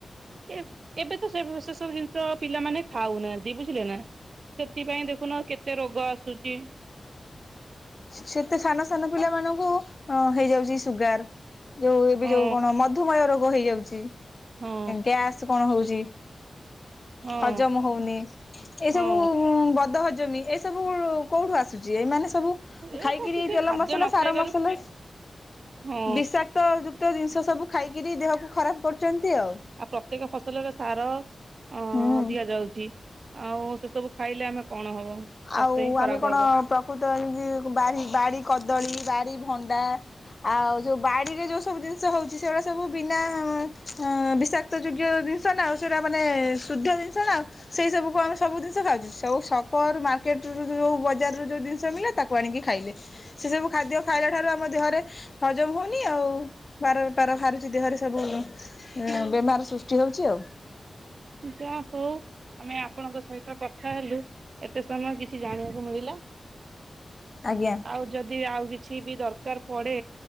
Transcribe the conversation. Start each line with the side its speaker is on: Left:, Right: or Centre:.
Right: ଏବ୍ ଏବେ ତ ସେ ସେ ସବୁ ଜିନିଷ ପିଲାମାନେ ଖାଉନାହାନ୍ତି ବୁଝିଲେ ନା। ସେଥିପାଇଁ ଦେଖୁନ କେତେ ରୋଗ ଆସୁଛି।
Left: ସେତେ ସାନ ସାନ ପିଲା ମାନଙ୍କୁ ଅ ହେଇଯାଉଛି ସୁଗାର। ଯୋଉ ଏବେ
Right: ହଁ
Left: ଯୋଉ କଣ ମଧୁମେହ ରୋଗ ହେଇଯାଉଛି
Right: ହଁ
Left: ଗ୍ୟାସ୍ କଣ ହଉଛି।
Right: ହଁ
Left: ହଜମ ହଉନି ଏଇସବୁ
Right: ହଁ
Left: ଉଁ ବଦ ହଜମୀ ଏ ସବୁ କଉଠୁ ଆସୁଛି ଏଇମାନେ ସବୁ
Right: ଏ
Left: ଖାଇକିରି
Right: ସବୁ କିଛି
Left: ତେଲ
Right: ଖାଦ୍ୟ
Left: ମସଲା
Right: ନ
Left: ସାର
Right: ଖାଇବାରୁ
Left: ମସଲା
Right: ହଁ
Left: ବିଷାକ୍ କ୍ତ ଯୁକ୍ତ ଜିନିଷ ସବୁ ଖାଇକିରି ଦେହକୁ ଖରାପ କରୁଛନ୍ତି ଆଉ।
Right: ଆଉ ପ୍ରତ୍ୟେକ ଫସଲରେ ସାର ଅ
Left: ହୁଁ
Right: ଦିଆଯାଉଛଚି। ଆଉ ସେସବୁ ଖାଇଲେ ଆମେ କଣ ହବ। ସ୍ୱାସ୍ଥ୍ୟ
Left: ଆଉ
Right: ହିଁ ଖରାପ
Left: ଆମେ କଣ
Right: ହବ
Left: ପ୍ରକୃତ ଏମତି ବାରି ବାଡି କଦଳୀ, ବାଡ଼ି ଭଣ୍ଡା। ଆଉ ଯୋଉ ବାଡିରେ ଯୋଉ ସବୁ ଜିନିଷ ହଉଛି ସେଗୁଡା ସବୁ ବିନା ଅ ବିଷାକ୍। କ୍ତ ଯୋଗ୍ୟ ଜିନିଷ ନା ଆଉ ସେଇଟା ମାନେ ଶୁଦ୍ଧ ଜିନିଷ ନା ଆଉ। ସେଇ ସବୁ କୁ ଆମେ ସବୁ ଜିନିଷ ଖାଉଛୁ ସବୁ ସକର ମାର୍କେଟ ରୁ ଜୋଯୋଉ ବଜାର ରୁ ଯୋଉ ଜିନିଷ ମିଳେ ତାକୁ ଆଣିକି ଖାଇଲେ। ସେସବୁ ଖାଦ୍ୟ ଖାଇଲା ଠାରୁ ଆମ ଦେହରେ ହଜମ ହଉନି ଆଉ ବାର ବେପାର ବାହାରୁଛି ଦେହରେ ସବୁ। ବେମାର ସୃଷ୍ଟି ହଉଛି ଆଉ।
Right: ଯା ହୋଉ। ଆମେ ଆପଣଙ୍କ ସହିତ କଥା ହେଲୁ ଏତେ ସମୟ କିଛି ଜାଣିବାକୁ ମିଳିଲା।
Left: ଆଜ୍ଞା।
Right: ଆଉ ଯଦି ଆଉ କିଛି ବି ଦରକାର ପଡ଼େ।